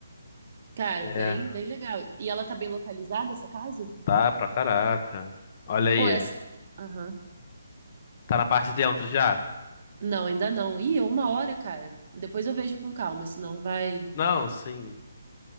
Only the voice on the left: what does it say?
É,
tá pra caraca. Olha aí.
Tá na parte de dentro já?
Não, sim.